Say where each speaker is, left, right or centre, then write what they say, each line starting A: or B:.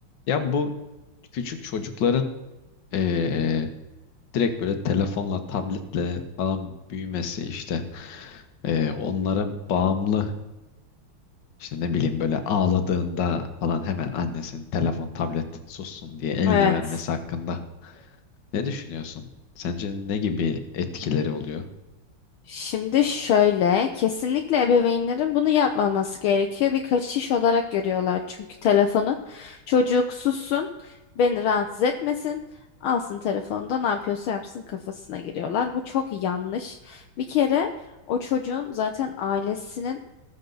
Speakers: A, on the left (about 60°); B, on the left (about 75°).
A: Ya bu küçük çocukların eee, direkt böyle telefonla, tabletle falan büyümesi işte eee, onlara bağımlı işte ne bileyim böyle ağladığında falan hemen annesinin telefon, tablet sussun diye eline
B: Evet.
A: vermesi hakkında ne düşünüyorsun? Sence ne gibi etkileri oluyor?
B: Şimdi şöyle, kesinlikle ebeveynlerin bunu yapmaması gerekiyor. Bir kaçış olarak görüyorlar çünkü telefonu. Çocuk sussun, beni rahatsız etmesin, alsın telefonda ne yapıyorsa yapsın kafasına giriyorlar. Bu çok yanlış. Bir kere o çocuğun zaten ailesinin